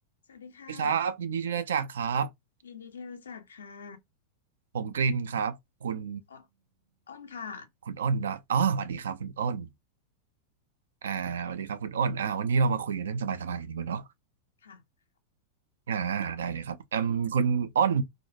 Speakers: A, on the left; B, on the right.
A: สวัสดีค่ะ
B: สวัสดีครับยินดีที่ได้รู้จักครับ
A: ยินดีที่รู้จักค่ะ
B: ผมกรินครับคุณ
A: อ้นอ้นค่ะ
B: คุณอ้นนะอ๋อสวัสดีครับคุณอ้นอ่าสวัสดีครับคุณอ้นอ่าวันนี้เรามาคุยกันเรื่องสบายๆกันดีกว่าเนาะ
A: ค่ะ
B: อ่าได้เลยครับอืมคุณอ้น